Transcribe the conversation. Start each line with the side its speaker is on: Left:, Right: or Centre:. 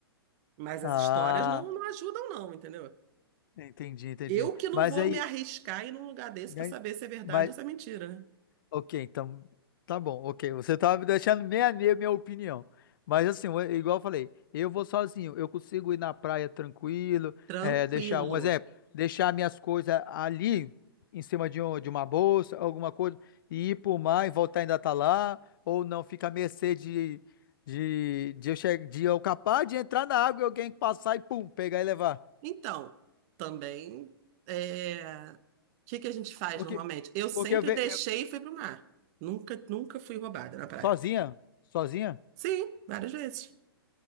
Right: mas
Left: Ah,
Right: as histórias não, não ajudam, não, entendeu?
Left: entendi, entendi.
Right: Eu que não
Left: Mas
Right: vou
Left: aí,
Right: me arriscar em ir num lugar desse
Left: né,
Right: pra saber se é verdade
Left: mas,
Right: ou se é mentira, né?
Left: Ok, então tá bom, ok. Você tá me deixando meia meia minha opinião. Mas assim, eu- igual eu falei, eu vou sozinho, eu consigo ir na praia tranquilo,
Right: Tranquilo.
Left: é, deixar um exemplo, deixar minhas coisas ali em cima de, um- de uma bolsa, alguma coisa, e ir pro mar e voltar ainda tá lá, ou não, fica à mercê de, de, de, eu, che- de eu capaz de entrar na água e alguém passar e pum, pegar e levar.
Right: Então, também, é... o que que a gente faz
Left: Porque,
Right: normalmente? Eu sempre
Left: porque eu vejo
Right: deixei e fui pro mar. Nunca, nunca fui roubada na praia.
Left: sozinha, sozinha.
Right: Sim, várias vezes.